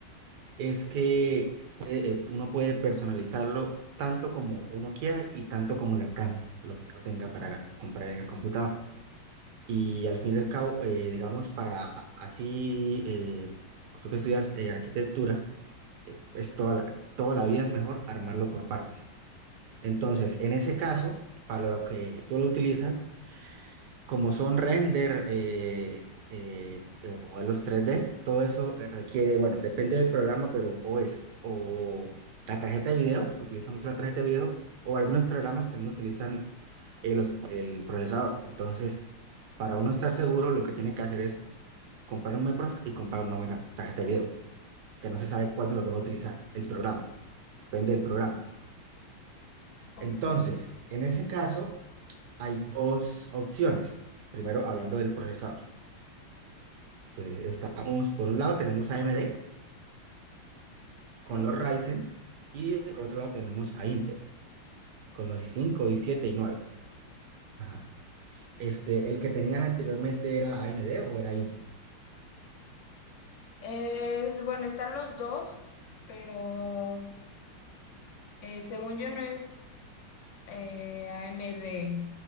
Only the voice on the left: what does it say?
ok,
sí.
Es, bueno, están los dos, pero eh, según yo no es. eh, AMD.